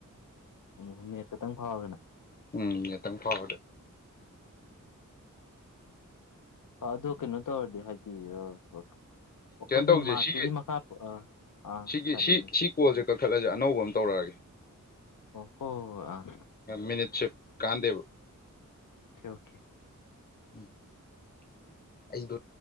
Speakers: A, on the left; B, on the left.
A: ꯑꯣ ꯅ‌ꯦꯠ ꯈꯛꯇꯪ ꯐꯥꯎꯔꯒꯅ
B: ꯅ‌ꯦꯠꯇꯪ ꯐꯥꯎꯔꯗꯤ
A: ꯑꯣ ꯑꯗꯨ ꯀꯩꯅꯣ ꯇꯧꯔꯗꯤ ꯍꯥꯏꯗꯤ ꯑꯩꯈꯣꯏꯒꯤ
B: ꯀꯩꯅꯣ ꯇꯧꯁꯦ
A: ꯃꯥꯔꯛꯇꯨꯒꯤ
B: ꯁꯤꯒꯤ
A: ꯃꯈꯥ ꯑꯥ ꯑꯃꯥ
B: ꯁꯤꯒꯤ
A: ꯍꯥꯏꯔꯨꯅꯦ
B: ꯁꯤ ꯁꯤ ꯀꯣꯜꯁꯦ ꯀꯛꯊꯠꯂꯁꯦ ꯑꯅꯧꯕ ꯑꯃ ꯇꯧꯔꯛꯑꯒꯦ
A: ꯍꯣꯏ ꯍꯣꯏ ꯍꯣꯏ ꯑꯥ
B: ꯃꯤꯅꯤꯠ ꯁꯤꯞ ꯀꯥꯟꯗꯦꯕ
A: ꯑꯣꯀꯦ ꯑꯣꯀꯦ
B: ꯎ ꯑꯩꯗꯣ